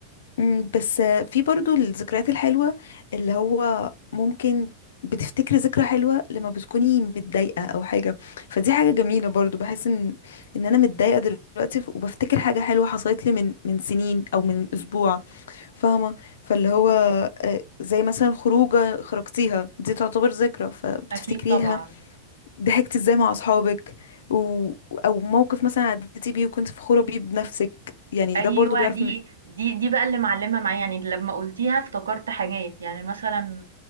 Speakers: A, on the left; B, on the right.
A: مم، بس آه، في برضو الذكريات الحلوة اللي هو ممكن بتفتكري ذكرى حلوة لما بتكوني متضايقة أو حاجة فدي حاجة جميلة برضو بحس إن إن أنا متضايقة دلوقتي ف- وبفتكر حاجة حلوة حصلت لي من من سنين أو من أسبوع فاهمة فاللي هو آه، زي مثلا خروجة خرجتيها دي تعتبر ذكرى فبتفتكريها
B: أكيد طبعًا،
A: ضحكتي ازاي مع أصحابك و... أو موقف مثلا عديتي بيه وكنت فخورة بيه بنفسك يعني
B: أيوه
A: ده برضو بيعرف
B: دي
A: م...
B: دي دي بقى اللي معلّمة معايا، يعني لمّا قُلتيها افتكرت حاجات، يعني مثلًا